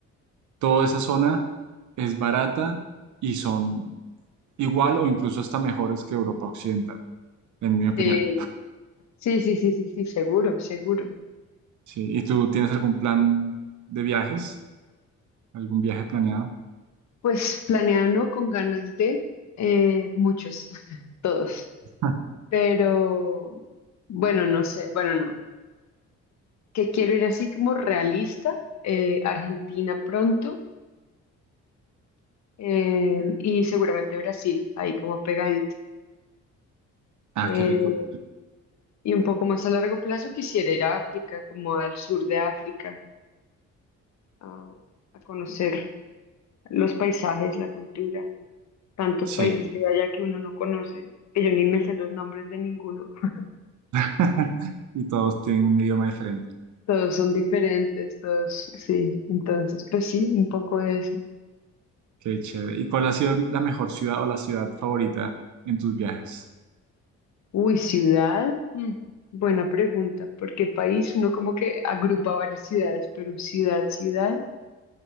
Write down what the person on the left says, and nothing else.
Eh, sí, sí, sí, sí, sí, seguro, seguro.
Pues planeado ¿no? con ganas de eh, muchos, <laughs> todos.
Pero, bueno, no sé, bueno, no. que quiero ir así como realista, eh, Argentina pronto eh, y seguramente Brasil, ahí como pegadito.
Eh,
y un poco más a largo plazo quisiera ir a África, como al sur de África, a, a conocer los paisajes, la cultura, tantos
países que hay allá que uno no conoce, que yo ni me sé los nombres de ninguno. <laughs>
Todos son diferentes, todos, sí. Entonces, pues sí, un poco de eso.
Uy, ciudad. Mm, buena pregunta, porque país uno como que agrupa varias ciudades, pero ciudad, ciudad.